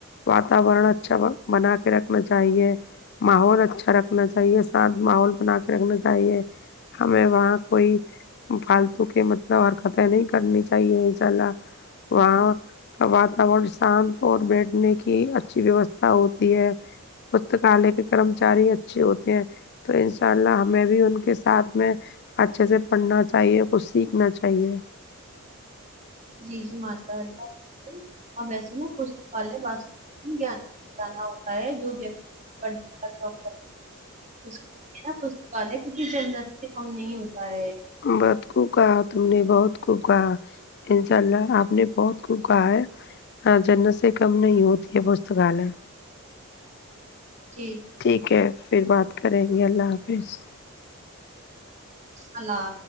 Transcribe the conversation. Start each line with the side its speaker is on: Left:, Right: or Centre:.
Left: واتاورن اچھا بنا کے رکھ نا چاہیے ماحول اچھا رکھنا چاہیے صاف ماحول بنا کے رکھنا چاہیے ہمیں وہاں کوئی پھالتو کے مطلب حرکتیں نہیں کرنی چاہیے انشاء اللہ وہاں واتاورن شام کو دیکھنے کی اچھی ویوستہ ہوتی ہے پستکالے کے کرمچاری اچھے ہوتے ہیں تو انشاءاللہ ہمیں بھی ان کے ساتھ میں اچھے سے پڑھنا چاہیے کچھ سیکھنا چاہیے
Right: جی جی ماشاء اللہ اور ویسے نا پستکالیہ بس دین گیان کا خزانہ ہوتا ہے جو ویکتی <unintelligible> آ پس پشتکالے کے بھی جنت سے کم نہیں ہوتا ہے
Left: بہت خوب کہا تم نے بہت خوب کہا انشاء اللہ آپ نے بہت خوب کہا ہے ہاں جنت سے کم نہیں ہوتی ہے پستکالیہ
Right: جی
Left: ٹھیک ہے پھر بات کریں گے اللہ حافظ
Right: اللہ